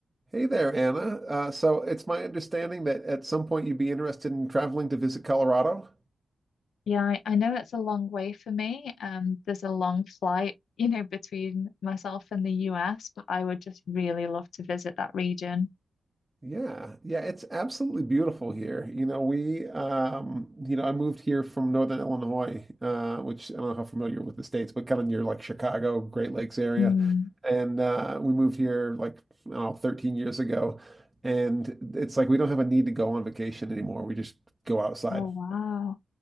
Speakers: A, on the right; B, on the left.
A: Hey there, Anna. Uh, so it's my understanding that at some point you'd be interested in traveling to visit Colorado.
B: Yeah, I, I know it's a long way for me. Um, there's a long flight, <laughs> you know, between myself and the US, but I would just really love to visit that region.
A: Yeah, yeah, it's absolutely beautiful here. You know, we, um, you know, I moved here from Northern Illinois, uh, which I don't know how familiar with the states, but kind of near like Chicago, Great Lakes area.
B: Mm.
A: And uh, we moved here like, I don't know, 13 years ago. And it's like we don't have a need to go on vacation anymore. We just go outside.
B: Oh wow.